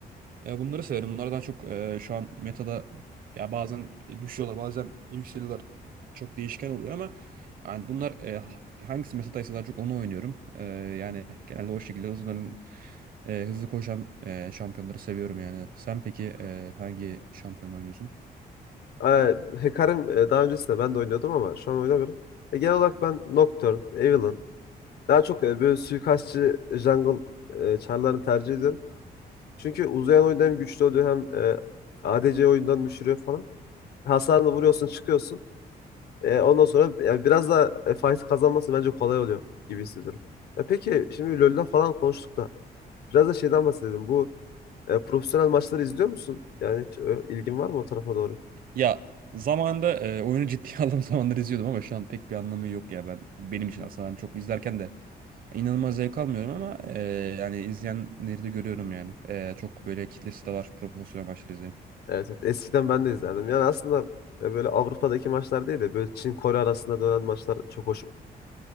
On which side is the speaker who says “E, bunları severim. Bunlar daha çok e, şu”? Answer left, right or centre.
Right